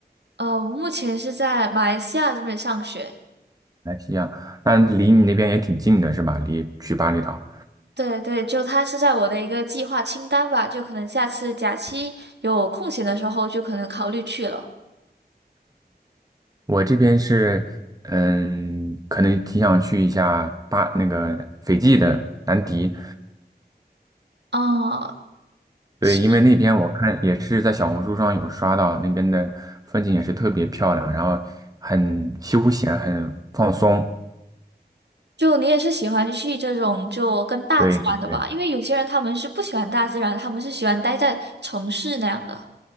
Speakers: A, on the right; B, on the right.
A: 呃，我目前是在马来西亚这边上学，
B: 马来西亚，那离你那边也挺近的是吧？离去巴厘岛，
A: 对对，就它是在我的一个计划清单吧，就可能下次假期有空闲的时候，就可能考虑去了。
B: 我这边是，嗯，可能挺想去一下巴那个斐济的南迪，
A: 啊、
B: 对，
A: 是，
B: 因为那边我看也是在小红书上有刷到那边的风景也是特别漂亮，然后很休闲，很放松，
A: 就你也是喜欢去这种就跟大自然的吧？
B: 对对。
A: 因为有些人他们是不喜欢大自然，他们是喜欢待在城市那样的。